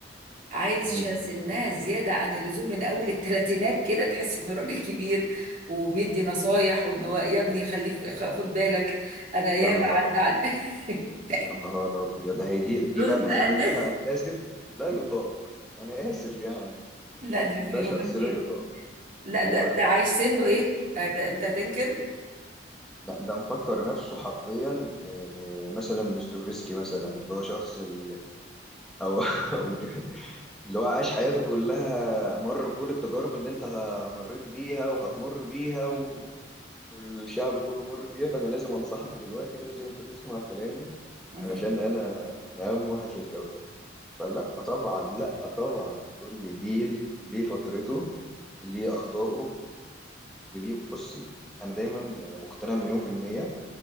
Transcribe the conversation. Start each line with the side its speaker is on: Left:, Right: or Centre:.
Right: عايشة
Centre: يعني.
Right: سنها زيادة عن اللزوم من أول التلاتينات كده تحس إنه راجل كبير وبيدي نصايح وإن هو يا ابني خليك خ- خد بالك أنا ياما
Centre: يا نهار
Right: عدى على <laughs>
Centre: يا نهار ابيض ده هي دي دي
Right: دول
Centre: بقى في
Right: بأن
Centre: حد ذاتها انا اسف لا يطاق انا اسف يعني
Right: لا دي بيبقوا
Centre: ده شخص
Right: جامدين
Centre: لا يطاق
Right: لا
Centre: ليه
Right: ده
Centre: بقى
Right: ده عايش سنه إيه آه، ده أنت هتنكر
Centre: ده, ده مفكر نفسه حرفيا آه، مثلا دوستويفسكي مثلا اللي هو شخص ال... او <laughs> أو إن- اللي هو عاش حياته كلها مر بكل التجارب اللي انت مريت بيها وهتمر بيها و... والشعب كله مر بيها فانا لازم انصحك دلوقتي ولازم انت تسمع كلامي
Right: <laughs>
Centre: علشان انا انا اهم واحد في الكوكب فلا طبعا لا طبعا كل جيل ليه فترته ليه أخطائه وليه بصي أنا دايما يعني مقتنع مليون في المية